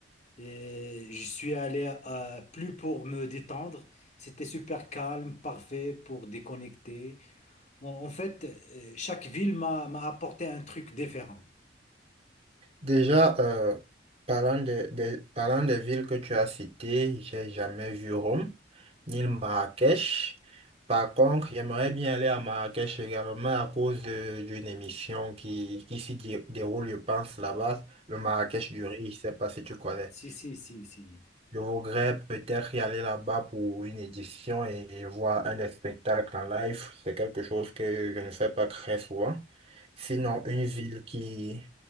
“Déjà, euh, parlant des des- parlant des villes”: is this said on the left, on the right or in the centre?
Right